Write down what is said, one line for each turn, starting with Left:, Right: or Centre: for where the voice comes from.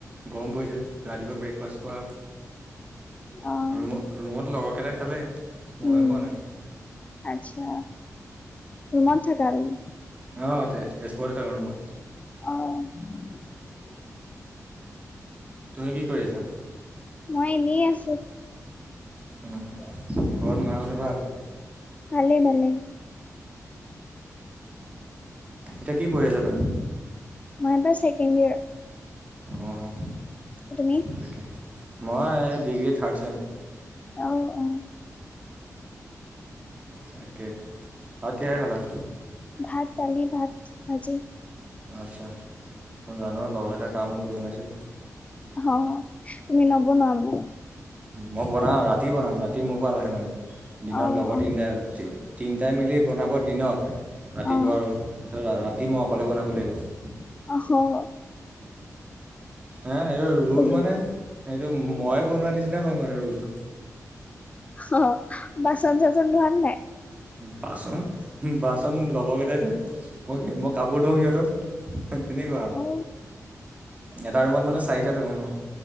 Right: গৰম পৰিছে। ৰাতিপুৱা ব্ৰেকফাষ্ট কৰা।
Left: অ'
Right: ৰুম, ৰুমত লগৰকেইটাই খালে, মইহে
Left: উম
Right: খোৱা নাই।
Left: আচ্ছা, ৰুমত থাকা তুমি।
Right: অ' ইয়াতে তেজপুৰতে থাকো ৰুমত।
Left: অ'।
Right: তুমি কি কৰি আছা?
Left: মই এনেই আছো।
Right: উ, ঘৰত মাহঁতৰ ভাল।
Left: ভালে ভালে।
Right: এতিয়া কি পঢ়ি আছা তুমি?
Left: মাই এইবাৰ ছেকেণ্ড ইয়েৰ।
Right: অ',
Left: তুমি?
Right: তাকে মই ডিগ্ৰী থাৰ্ড ছেম।
Left: অ' অ'
Right: তাকে, ভাত কিহেৰে খালা?
Left: ভাত দালি, ভাত ভাজি।
Right: আচ্ছা, মই জানো। লগৰকেইটাই কা মোৰটো বনাইছে।
Left: অ', তুমি নবোনৱা মানে।
Right: মই বনাও, ৰাতি বনাম। ৰাতি মোৰ পাল আহে মানে, দিনত
Left: অ'
Right: লগৰ
Left: অ'
Right: তিনিটাই। তিনিটাই মিলি বনাব দিনত, ৰাতিপুৱা
Left: অ'
Right: আৰু। তাৰপিছত ৰাতি মই অকলে বনাব লাগিব।
Left: অ'হ'।
Right: হ, এইটো ৰোল
Left: অ
Right: মানে, সেইটো মই। বনোৱাৰ নিচিনা হ'ল মানে ৰোমটো।
Left: অহ্, বাচন চাচন ধোৱান নাই?
Right: বাচন, বাচন লগৰকেইটাই ধোৱে। মই, মই কাপোৰ ধো সিহঁতৰ। তেনেকুৱা,
Left: অ
Right: এটা ৰুমত মানে চাৰিটা থাকো ন।